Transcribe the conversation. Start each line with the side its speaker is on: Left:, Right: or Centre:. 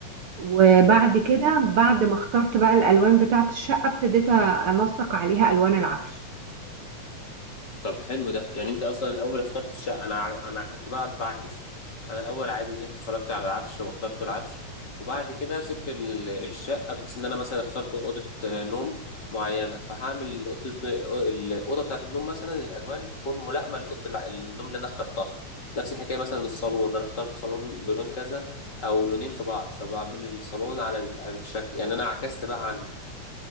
Right: وبعد كده بعد ما اخترت بقى الالوان بتاعه الشقه ابتديت انسق عليها الوان العفش
Left: طب حلو ده يعني انت اصلا الاول اخترت الشقه انا ع- انا كنت بقى بعكس انا الاول عادي نزلت اتفرجت على العفش واخترت العفش وبعد كده سبت ال- الشقه بحيث ان انا مثلا اخترت اوضه آه، نوم معينه فهعمل اوضه آه، الاوضه بتاعه النوم مثلا الالوان تكون ملائمه لاوضه الع- النوم اللي انا اخترتها نفس الحكايه مثلا الصالون انا اخترت صالون بلون كذا او لونين في بعض فبعمل الصالون على ال- على الشكل يعني انا عكست بقى عني